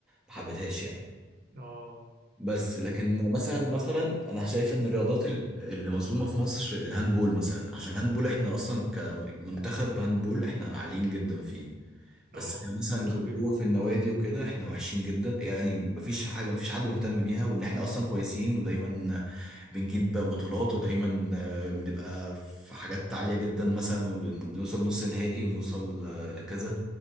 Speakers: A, in the centre; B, on the right.
A: ما حبيتهاش يعني
B: اه
A: بس لكن مثلا مثلا انا شايف ان الرياضات ال- اللي مظلومه في مصر الهاندبول مثلا عشان الهاندبول احنا اصلا كمنتخب هاندبول احنا عاليين جدا فيه بس
B: اه
A: كان مثلا
B: صحيح
A: ج- جوه في النوادي وكده احنا وحشين جدا يعني مفيش حاجه مفيش حد مهتم بيها وان احنا اصلا كويسين ودايما بنجيب بطولات ودايما آه، بنبقى في حاجات عاليه جدا مثلا ونوصل نص نهائي ونوصل آه، كذا